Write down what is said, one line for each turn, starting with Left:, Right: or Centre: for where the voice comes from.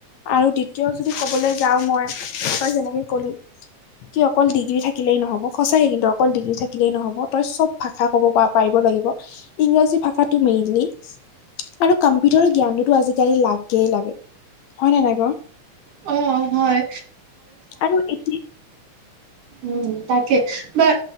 Left: আৰু দ্বিতীয় যদি ক'বলৈ যাওঁ মই, তই যেনেকে কলি। কি অকল ডিগ্ৰী থাকিলেই নহ'ব। সঁচাকে কিন্তু অকল ডিগ্ৰী থাকিলেই নহ'ব, তই চব ভাষা ক'ব পা-পাৰিব লাগিব। ইংৰাজী ভাষাটো মেইনলি। আৰু কম্পিউটাৰ জ্ঞানোতো আজিকালি লাগেই লাগে হয়নে নাই ক'।
Right: অহ, হয়।
Left: আৰু এটি
Right: উম, তাকে বা